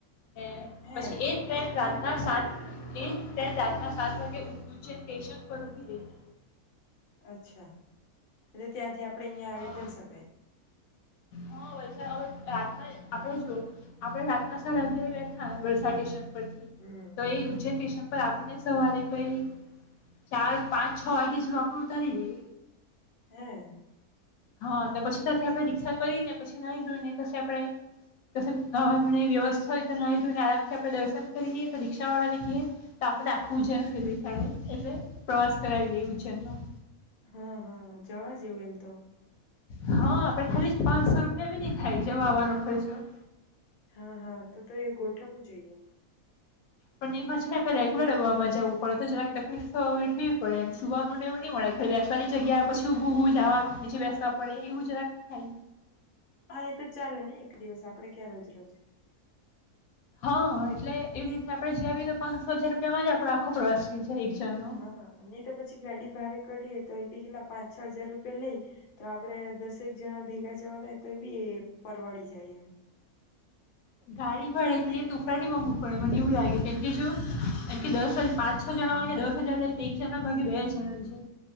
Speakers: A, on the left (about 75°); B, on the left (about 50°).
A: ને
B: હે
A: પછી એ ટ્રેન રાત રાતના સાત એ તેમ રાતના સાત વાગે ઉ ઉચ્ચે સ્ટેશન પર ઊભી રહેે.
B: અચ્છા, એટલે ત્યાંથી આપ આપડે અહિયા
A: હા
B: આવી પણ શકાય.
A: હા વલસાડ હવે રાતના આપણે જો આપણે રાતના સેને <unintelligible> બેઠા વલસાડ સ્ટેશન <unintelligible>
B: હમ
A: તો એ
B: હમ
A: ઉજ્જૈન સ્ટેશન પર આપ આપને સવારે કઈ ચાર, પાંચ, છ વાગે જો આપડું ઉતારી દે.
B: હમ્મ.
A: હા ને પછી ત્યાંથી આપણે રીક્ષા કરીને પછી નાહી ધોઈ ને કશે આપણે કશે નહાવા નું નવે વ્યવસ્થા હોય તો નાહી ધોઈને આરામથી આપણે દર્શન કરી લઈએ તો રિક્ષા વાળા ને કયે તો આપણે આખું ઉજ્જૈન ફેરવી પાડે, એટલે પ્રવાસ કરાવી દેય ઉજ્જૈનમાં.
B: હા, હા જવા જેવું એમ તો.
A: હા, આપડે ખાલી પાંચસો રૂપિયા બી નહી થાય જવા આવવાનો ખર્ચો.
B: હા, હા તો-તો એ ગોઠવવું જઈએ.
A: પણ એમાં છે ને આપણે રેગ્યુલર ડબામાં જવું પડે, તો જરાક તકલીફ તો આવી થવી પડે એમ, સુવાનું ને એવું ને મળે, ખાલી બેસવાની જગ્યા પછી ઊભું-ઊભું જવાનું નીચે બેસવા પડે એવું જરાક થાય.
B: હા એ તો ચાલે ને એક દિવસ આપડે ક્યાં રોજરોજ.
A: હા એટલે એવી રીતના આપણે જ્યા આવી રીતના પાંસો હજાર એમાંજ આપડો આખો પ્રવાસ થઈ જાય એક જણનો
B: હા, નહીં તો પછી ગાડી ભાડે કરીએ તો એ બી કેટલા પાંચ છ હજાર રૂપિયા લઈ, તો આપડે દસેક જણા ભેગા જવાના હોય તો એ બી પરવળી જાય એમ.
A: ગાડી <unintelligible> મોંઘુ પડે મને એવું લાગે કેમ કે જો એમ કે દસ હજ પાંચ છ જણા હોય ને દસ હજાર લઈ તો એક જણાના ભાગે બે હજાર આવી જાય.